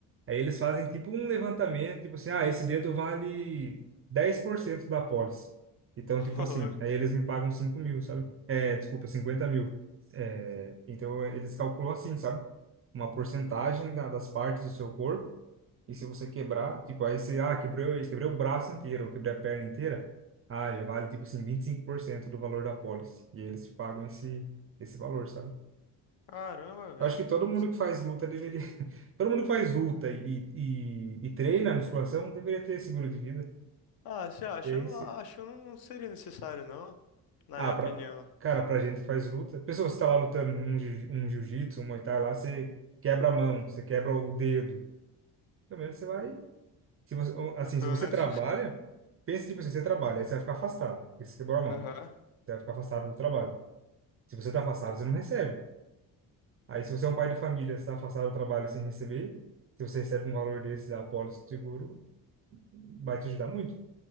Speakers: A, on the right (about 30°); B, on the left (about 50°).
A: aí eles fazem tipo um levantamento, tipo assim, ah, esse dedo vale 10% da pólice. Então,
B: <laughs>
A: tipo
B: Ô,
A: assim,
B: louco.
A: aí eles me pagam cinco mil, sabe? É, desculpa, cinquenta mil. É, então, eles calculam assim, sabe? Uma porcentagem da- das partes do seu corpo e se você quebrar, tipo, aí você, ah, quebrei, quebrei o braço inteiro, ou quebrei a perna inteira, ah, já vale, tipo assim, 25% do valor da pólice. E aí eles te pagam esse, esse valor, sabe?
B: Caramba, velho.
A: Eu acho que todo mundo que faz luta deveria. <laughs> Todo mundo que faz luta e, e, e treina musculação deveria ter seguro de vida.
B: Ah, você acha?
A: E aí,
B: Eu não
A: se.
B: acho, que não seria necessário, não. Na
A: Ah,
B: minha
A: pra,
B: opinião.
A: cara, pra gente que faz luta. Pessoa, você tá lá lutando um, jiu- um jiu-jitsu, um muay thai lá, você quebra a mão, você quebra o dedo. Pelo menos você vai. Se você, assim,
B: Mas pelo
A: se você
B: menos.
A: trabalha, pense tipo assim, você trabalha, aí você vai ficar afastado, porque você quebrou a mão,
B: <laughs> Aham.
A: você vai ficar afastado do trabalho. Se você está afastado, você não recebe. Aí, se você é um pai de família, você está afastado do trabalho sem receber, se você recebe um valor desses da apólice do seguro, vai te ajudar muito,